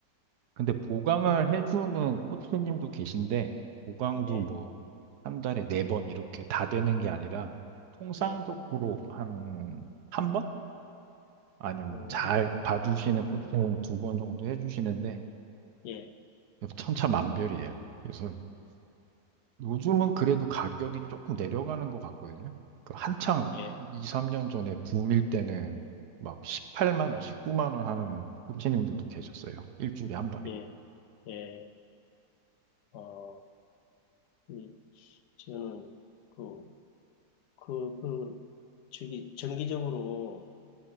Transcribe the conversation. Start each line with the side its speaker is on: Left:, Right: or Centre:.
Right: 근데 보강을
Left: 음,
Right: 해주는 코치님도 계신데 보강도
Left: 예,
Right: 뭐 한 달에 네 번 이렇게 다 되는 게 아니라 통상적으로
Left: 예,
Right: 한 한 번? 아니면
Left: 어,
Right: 뭐잘 봐주시는 코치님 두 번 정도 해주시는데
Left: 예,
Right: 천차만별이에요. 그래서 요즘은 그래도 가격이 조금 내려가는 것 같거든요. 그 한창
Left: 예,
Right: 2, 3년 전에 붐일 때는 막 18만 원, 19만 원 하는 소비자님들도 계셨어요. 일주일에 한 번에.
Left: 예, 예, 어, 이, 저는, 그, 그, 그, 저기, 정기적으로